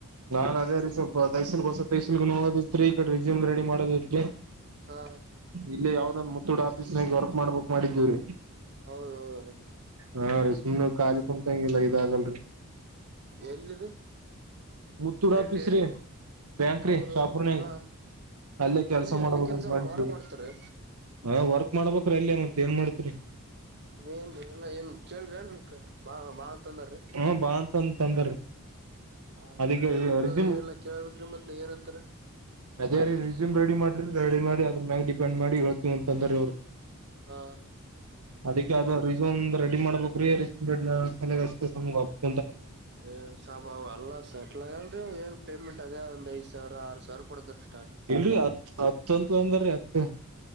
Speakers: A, on the right; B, on the right.
A: ನಾನ್ ಅದೇ ರೀ ಸ್ವಲ್ಪ <unintelligible> ಹೋಗೋದಿತ್ರಿ ಈಕಡೆ ರಿಸ್ಯೂಮ್ಗ್ ರೆಡಿ ಮಾಡೋದಿತ್ರಿ.
B: ಹಾ
A: ಇಲ್ಲೇ ಯಾವ್ದನ್ ಮುತ್ತೂಟ್ ಆಫೀಸ್ನಾಗ ವರ್ಕ್ ಮಾಡ್ಬೇಕ್ ಮಾಡಿದ್ದಿವ್ರಿ.
B: ಹೌದೌದು
A: ಹಾ ರಿ ಸುಮ್ನೆ ಖಾಲಿ ಕುಂತಂಗಿಲ್ಲ ಇದಾಗಲ್ರಿ.
B: ಎಲ್ಲಿರಿ.
A: ಮುತ್ತುಡ್ ಆಫೀಸ್
B: ಎಲ್ಲಿ ಎಲ್ಲಿಗೆ
A: ರೀ ಬ್ಯಾಂಕ್
B: ಹೌದೌದ್ರಿ
A: ರೀ ಶಾಪುರ್ನಾಗೇ.
B: ಹಾ
A: ಅಲ್ಲೇ ಕೆಲ್ಸ
B: ಅಲ್ಲಿ
A: ಮಾಡ್ಬೇಕಂತ
B: ಅಲ್ಲಿ ಕೆಲ್ಸ
A: ಮಾಡಿದ್ದೇವ್ರಿ
B: ವರ್ಕ್ ಮಾಡ್ತಾರೀ
A: ಹಾ ವರ್ಕ್ ಮಾಡ್ಬೇಕ್. ರಲ್ಲೇ ಮತ್ ಏನ್ ಮಾಡ್ತರಿ.
B: ಏನ್ ಎಲ್ಲ ಏನ್ ಕೇಳ್ರಿ ಏನ <unintelligible> ಮುಕ್ಕ ಬಾ ಬಾ ಅಂತಂದಾರ್ರಿ.
A: ಹ ಬಾ ಅಂತ ಅಂತ ಅಂದಾರ
B: ಹಾ
A: ಅದಕ್ಕೆ
B: ಮತ್ ಪೇಮೆಂಟ್
A: ರಿಸ್ಯೂಮ್
B: ಅದು ಎಲ್ಲ ಕೇಳಬೇಕ್ರಿ ಮತ್ ಏನಂತಾರೆ.
A: ಅದೇ ರೀ ರಿಸ್ಯೂಮ್ ರೆಡಿ ಮಾಡ್ರಿ ರೆಡಿ ಮಾಡಿ ಅದ್ರ್ ಮ್ಯಾಗ್ ಡಿಪೆಂಡ್ ಮಾಡಿ ಹೇಳ್ತಿನಿ ಅಂತಂದ್ರೀ ಅವ್ರು.
B: ಹ
A: ಅದಕ್ಕೆ ಅದು ರೆಸ್ಯೂಮ್ ಒಂದ್ ರೆಡಿ ಮಾಡ್ಬೇಕ್ರೀ. <unintelligible>
B: ಹ್ಮ್ ಏ ಸಾಬ ಅವ ಅಲ್ಲಾ ಸೆಟ್ಲ್ ಆಗಲ್ರಿ ಏನ್ ಪೇಮೆಂಟ್ ಅದೇ ಒಂದ್ ಐದ್ ಸಾವಿರ ಆರ್ ಸಾವ್ ಯಾರ್ ಕೊಡ್ತಾರ್ರಿ.
A: ಇಲ್ಲಿ ಹತ್ ಹತ್ತಂತ ಅಂದರ್ರಿ ಹತ್.